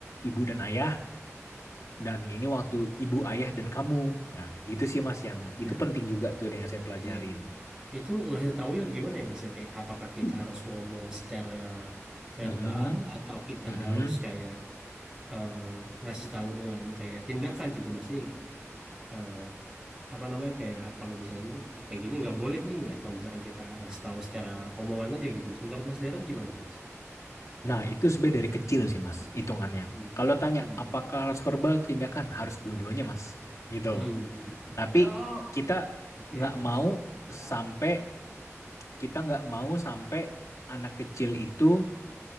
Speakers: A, on the left; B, on the right.
A: ibu dan ayah dan ini waktu ibu ayah dan kamu nah gitu sih mas yang
B: Nah,
A: itu penting juga tuh yang saya pelajarin
B: iya. Itu ngasih taunya gimana ya Mas ya kayak apakah kita
A: Hmm.
B: harus ngomong secara verbal
A: Mm-mm,
B: atau kita
A: mm-mm.
B: harus kayak eh, ngasih tahu dengan kayak tindakan gitu Mas nih. Eh, apa namanya kayak kalau misalnya nih, kayak gini nggak boleh nih atau misalkan kita ngasih tahu secara omongan aja gitu mas menurut mas Darren gimana tuh mas
A: Nah, itu sebenarnya dari kecil sih, Mas, hitungannya.
B: hmm
A: Kalau tanya
B: hmm
A: apakah harus verbal tindakan, harus dua-duanya, Mas. Gitu.
B: hmm
A: Tapi
B: Yuk.
A: kita
B: oke
A: nggak
B: mas
A: mau
B: Ya.
A: sampai kita nggak mau sampai anak kecil itu